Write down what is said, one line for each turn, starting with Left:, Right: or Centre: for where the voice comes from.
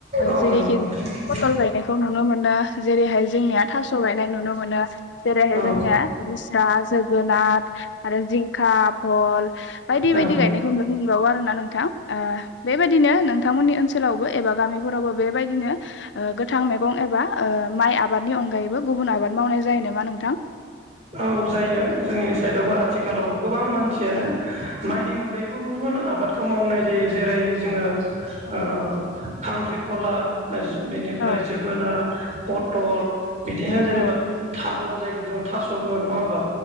Right: औ
Left: जेरै'खि
Right: नंगौ नोंथां
Left: पतल गायनायखौ नुनो मोनो जेरैहाय जोंनिया थास' गायनाय नुनो मोनो जेरैहाय
Right: औ
Left: जोंनिया रिसा जोगोनाथ आरो जिंखा बहल बायदि बायदि
Right: औ
Left: गायनायखौ नुनो मोनबावो आरो ना नोंथां ओ बेबायदिनो नोंथांमोननि ओनसोलावबो एबा गामिफोरावबो बेबायदिनो ओ गोथां थां मैगं एबा माइ ओ आबादनि अनगायैबो गुबुन आबाद मावनाय जायो नामा नोंथां
Right: औ जायो जोंनि साइदावबो आथिखालाव गोबां मानसियानो माइनि अनगायैबो गुबुन गुब गुबुन आबाद'खौ मावनाय जायो जेरै जोङो
Left: औ
Right: ओ खांख्रिखला बेनिफ्राय
Left: औ
Right: जोगोनार पटल बिदिनो जेनेबा
Left: औ
Right: थारुन जायखौ जोङो थास' बुङो नङा होमबा